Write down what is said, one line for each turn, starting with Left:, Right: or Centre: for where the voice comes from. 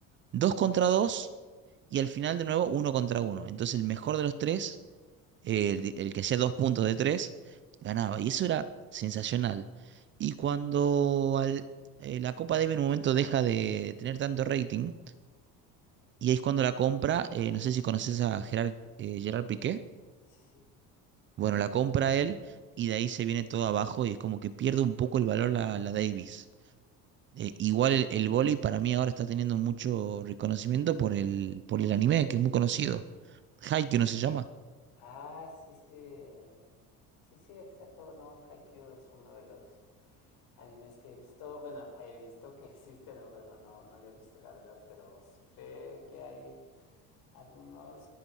Right: dos contra dos y al final de nuevo uno contra uno. Entonces el mejor de los tres, eh, el, el que hacía dos puntos de tres, ganaba. Y eso era sensacional. Y cuando al- eh, la Copa Davis en un momento deja de tener tanto rating, y ahí es cuando la compra, eh, no sé si conoces a Gerard, eh, Gerard Piqué.
Left: sí, sí.
Right: Bueno, la compra él y de ahí se viene todo abajo y es como que pierde un poco el valor la, la Davis. Eh, igual el, el vóley para mí ahora está teniendo mucho reconocimiento por el, por el anime, que es muy conocido. Haikyuu no se llama.
Left: Ah, sí, sí. eh, Sí, sí, exacto, no, Haikyuu es uno de los Animes que he visto, bueno, he visto que <laughs> existen, ¿no? pero no, no lo he visto la verdad, pero siempre que hay algunos